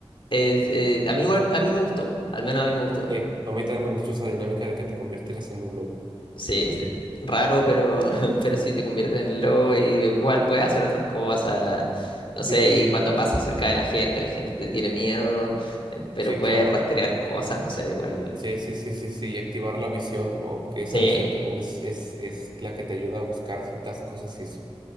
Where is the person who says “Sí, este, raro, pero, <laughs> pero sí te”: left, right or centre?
Left